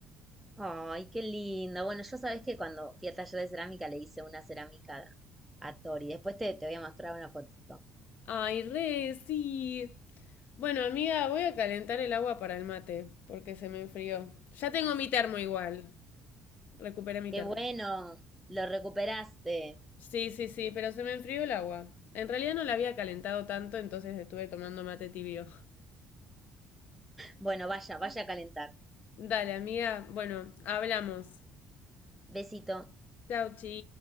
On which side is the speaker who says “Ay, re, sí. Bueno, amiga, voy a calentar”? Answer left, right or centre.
Left